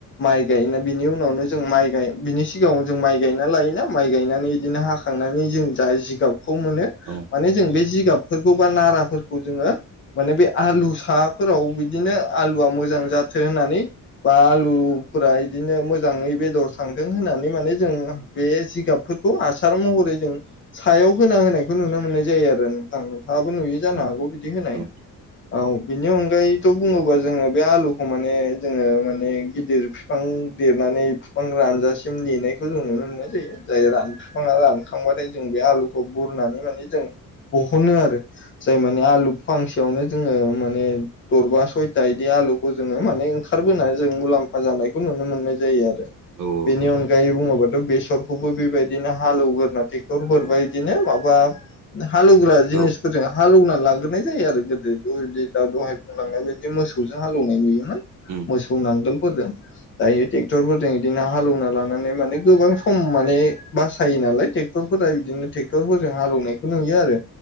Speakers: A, on the left (about 35°); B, on the right (about 60°).
A: माइ गायोना बिनि उनावनो जों माइ बिनि सिगाङाव जों माइ गायना लायो। माइ गायनानै बिदिनो हाखांनानै जों जा जिगाबखौ मोनो
B: उम
A: माने जों बे गाबफोरखौ बा नाराफोरखौ जोङो माने बे आलु सा फोराव बिदिनो आलुआ मोजां जाथों होननानै बा आलुफोरा इदिनो मोजाङै बेदर थांथों होननानै माने जों बे जिगाबफोरखौ हासार महरै जों सायाव होना होनाय बेखौ नुनो मोननाय जायो आरो नोंथां नोंथाङाबो नुयो
B: उम
A: जानो हागौ बिदि होनाय।
B: औ
A: औ बिनि अनगायैथ' बुङोबा जोङो बे आलुखौ माने जोङो माने गिदिर बिफां देरनानै बिफां रानजासिम नेनायखौ जों नुनो मोननाय जायो जाय रान बिफाङा रानखांबाथाय जों बे आलुखौ बुरनानै माने जों बहनो आरो। जाय माने आलु फांसेयावनो जोङो माने दरबा सयथा बिदि आलु जोङो माने ओंखारबोनानै जों मुलाम्फा जानायखौ नुनो मोननाय जायो आरो।
B: औ नोंथां
A: बेनि अनगायै बुङोबाथ' बेसरखौबो बेबायदिनो हालौवग्रोना रफोर
B: औ
A: बायदिनो माबा हालेवग्रा जिनिसफोरजों
B: औ उम औ
A: हालेवना लाग्रोनाय जायो आरो दा दहाय बुंलांनाय बायदि मोसौजों हालौवनाय नुयोमोन
B: उम उम
A: मोसौ नांगोल <unintelligible> दायो
B: औ
A: ट्रेक्टरफोरजों
B: औ
A: बिदिनो हालेवना लानानै माने गोबां सम माने बासायो नालाय ट्रेक्टर बिदिनो ट्रेक्टर फोरजों हालौनायखौ नुयो आरो